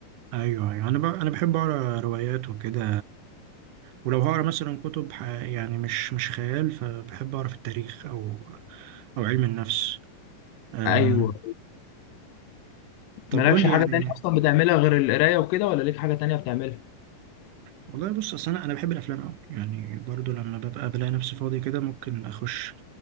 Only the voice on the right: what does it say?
ايوه ايوه انا ب... انا بحب اقرا روايات وكده ولو هقرا مثلا كتب ح... يعني مش مش خيال فبحب اقرا في التاريخ او او علم النفس آه،
طب
قول لي
يعني
والله بص اصل انا انا بحب الافلام قوي يعني برضو لما ببقى بلاقي نفسي فاضي كده ممكن اخش